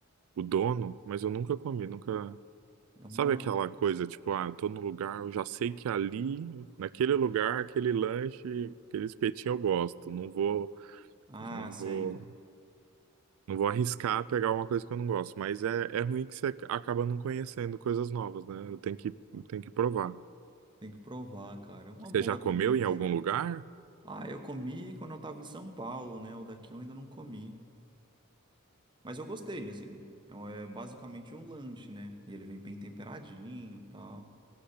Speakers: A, on the right (about 65°); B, on the right (about 20°).
A: o dono, mas eu nunca comi, nunca.
B: é uma.
A: Sabe aquela coisa, tipo, ah, eu tô no lugar, eu já sei que ali, naquele lugar, aquele lanche, aquele espetinho eu gosto. Não vou,
B: Ah,
A: não
B: sei.
A: vou, não vou arriscar pegar uma coisa que eu não gosto. Mas é, é ruim que você acaba não conhecendo coisas novas, né? Eu tenho que, tenho que provar.
B: Tem que provar, cara. É uma
A: Você
B: boa
A: já comeu
B: também
A: em
B: o
A: algum
B: shawarma.
A: lugar?
B: Ah, eu comi quando eu tava em São Paulo, né? O daqui eu ainda não comi. Mas eu gostei, assim. É um, é basicamente um lanche, né? E ele vem bem temperadinho e tal.